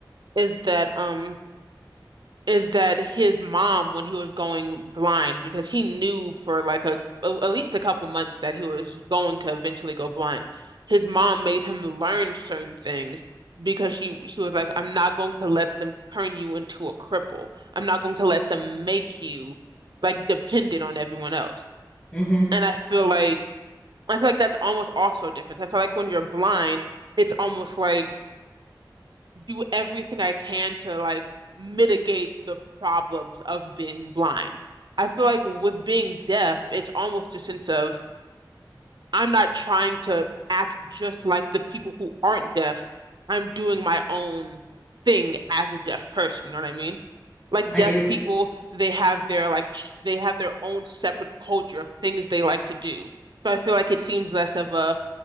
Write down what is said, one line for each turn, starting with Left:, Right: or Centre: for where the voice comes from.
Right: is that um is that his mom when he was going blind because he knew for like a, a at least a couple months that he was going to eventually go blind. His mom made him learn certain things because she she was like, I'm not going to let them turn you into a cripple. I'm not going to let them make you like dependent on everyone else.
Left: hmm
Right: And I feel like I feel like that's almost also different. I feel like when you're blind, it's almost like do everything I can to like mitigate the problems of being blind. I feel like with being deaf, it's almost a sense of I'm not trying to act just like the people who aren't deaf. I'm doing my own thing as a deaf person, you know what I mean? Like
Left: I
Right: deaf
Left: do.
Right: people, they have their like sh- they have their own separate culture of things they like to do. So I feel like it seems less of a